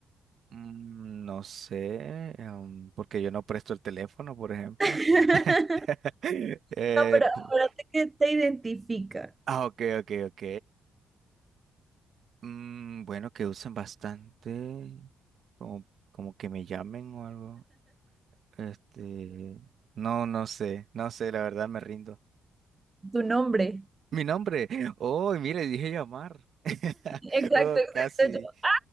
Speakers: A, on the right; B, on the right.
A: Mm, No sé, em, porque yo no presto el teléfono, por ejemplo.
B: <laughs>
A: <laughs> Eh,
B: No, pero acuérdate
A: pu-
B: que te identifica
A: ah, ok, ok, ok. Mm, bueno, que usen bastante, como, como que me llamen o algo. Este, no, no sé, no sé, la verdad me rindo.
B: tu nombre.
A: Mi nombre. <laughs> Oh, mire, dije llamar. <laughs>
B: Exacto,
A: Oh,
B: exacto.
A: casi.
B: yo-